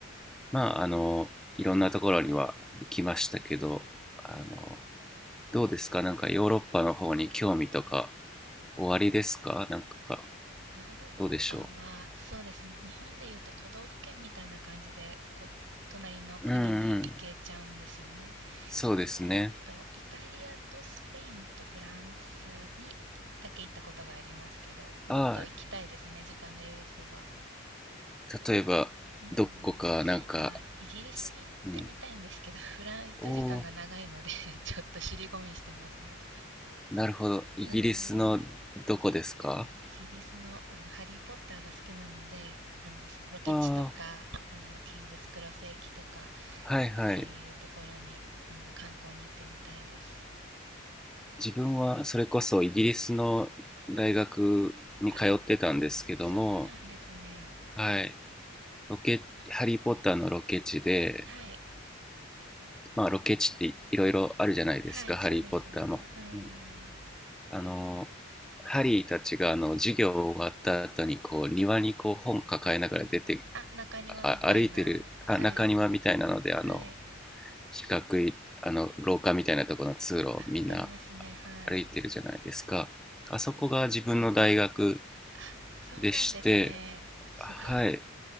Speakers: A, in the centre; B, on the right (about 60°).
A: まあ、あの、いろんなところには行きましたけど、あの、どうですかなんかヨーロッパの方に興味とか、おありですかなんか、
B: ヨーロッパは、
A: どうでしょ
B: そうですね。日本でいうと都道府県みたいな感じで、こう、隣の国に行けちゃうんですよね。
A: ううんうん。そうですね。
B: えーっと、イタリアとスペインとフランスにだけ行ったことがありますけど、もっと行きたいですね。
A: ああ、
B: 時間が許せば。
A: 例えば、
B: うん。
A: どこか、なんか、
B: あ、イギリスに行ってみたいんですけど、
A: つうん。
B: <laughs> フライト時間が長いので
A: おー、
B: <laughs> ちょっと尻込みしてますね。
A: なるほど。イギリスのどこですか
B: うーん。イギリスの、あの、ハリー・ポッターが好きなので、あの、ロケ地とか、
A: ああ
B: あの、キングスクロス駅とか、
A: はいはい。
B: ああいうところに、あの、観光に行ってみたいです。
A: 自分はそれこそイギリスの大学に通ってたんですけども、
B: あ、そうなんですね。
A: はい、ロケ、ハリー・ポッターのロケ地で、
B: はい。
A: まあロケ地っていろいろあるじゃないですか、
B: はい、そうですよね。
A: ハリー・ポッターも。
B: うーん。
A: うん、あの、ハリーたちがあの授業終わった後にこう庭にこう本抱えながら出て
B: あ、中庭みたいな。
A: あ歩いてるあ中庭みたいなのであの
B: はい。はい。
A: 四角いあの廊下みたいなところの通路をみんな
B: あ、ありますね。はい。
A: 歩いてるじゃないですかあそこが自分の大学
B: あ、そうなんですね。
A: でして、
B: すごい。
A: はい、